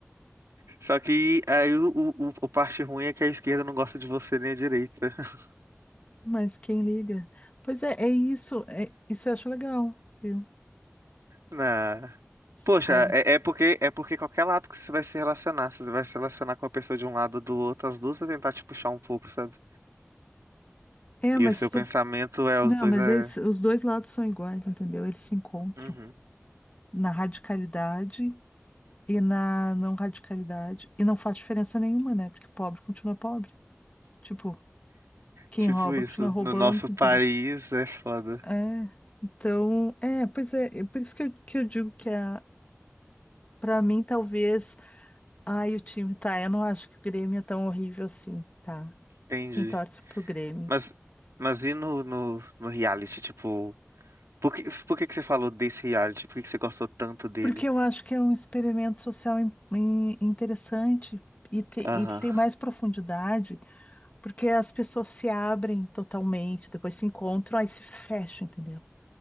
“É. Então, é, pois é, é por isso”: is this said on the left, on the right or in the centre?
Left